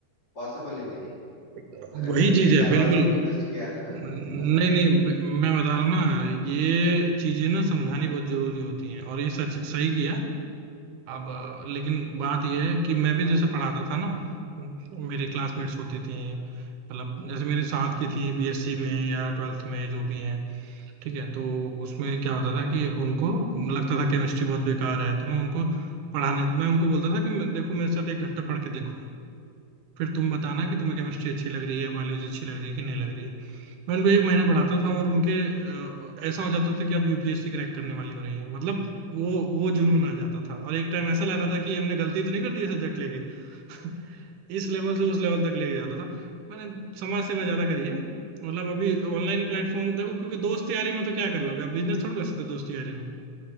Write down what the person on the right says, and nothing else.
वही
चीज
है
बिल्कुल
नहीं
नहीं ब- मैं बता रहा हूँ ना ये चीजें ना समझानी बहुत जरूरी होती हैं और ये सच सही किया अब अ, लेकिन बात ये है कि मैं भी जैसे पढ़ाता था ना मेरी क्लासमेट्स होती थी मतलब जैसे मेरे साथ की थी बीएससी में या ट्वेल्थ में जो भी हैं ठीक है तो उसमें क्या होता था कि उनको लगता था केमिस्ट्री बहुत बेकार है तो मैं उनको पढ़ाने मैं उनको बोलता था कि देखो मेरे साथ एक घंटा पढ़ के देखो फिर तुम बताना कि तुम्हें केमिस्ट्री अच्छी लग रही है बायोलॉजी अच्छी लग रही है कि नहीं लग रही है मैं उनको एक महीना पढ़ाता था और उनके अ, ऐसा हो जाता था कि अब यूपीएससी क्रैक करने वाली हो रही है मतलब वो वो जुनून आ जाता था और एक टाइम ऐसा लग रहा था कि हमने गलती तो नहीं कर दी सब्जेक्ट लेके <laughs> इस लेवल से उस लेवल तक लेके जाता था मैंने समाज सेवा ज्यादा करी है मतलब अभी ऑनलाइन प्लेटफॉर्म देखो क्योंकि दोस्त यारी में तो क्या कर लोगे आप बिजनेस थोड़ी कर सकते हो दोस्त यारी में